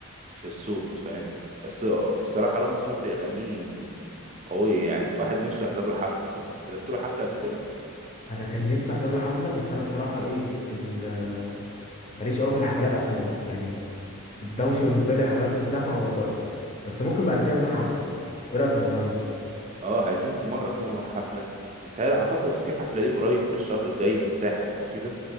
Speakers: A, on the right; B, on the left.
A: في الصوت فاهم بس الصراحة رامي صبري أغانيه قوية يعني واحد نفسه يحضر له حفلة كده حضرت له حفلة قبل كده
B: انا كان نفسي احضر له حفله بس انا بصراحه ايه ال- ماليش قوي في الحفلات عشان يعني الدوشه بالنسبه لي الحفلات والزحمه ما بقدرش بس ممكن بعد كده نروح حفله ايه رايك في الموضوع ده
A: اه عايزين في مرة كده نروح حفلة ومتهيألي أعتقد في حفلة ليه قريب في الشهر الجاي في الساحل أو كده